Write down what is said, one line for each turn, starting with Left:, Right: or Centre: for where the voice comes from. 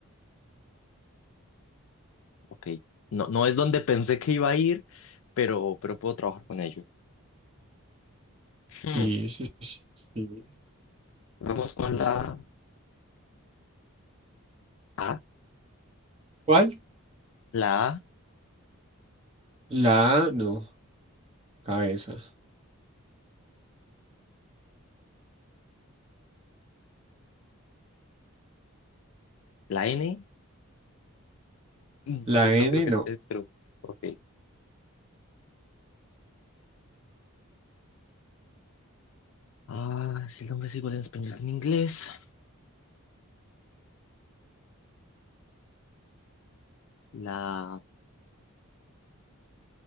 Left: Ok, no, no es donde pensé que iba a ir, pero, pero puedo trabajar con ello. Hmm.
Right: Y sí, sí, sí.
Left: Vamos con la A,
Right: ¿Cuál?
Left: la A,
Right: La A, no. Cabeza.
Left: no, la N. Mm,
Right: La
Left: No sé, no
Right: N,
Left: creo que
Right: no.
Left: esté, pero ok. Ah, si el nombre es igual en español que en inglés. La,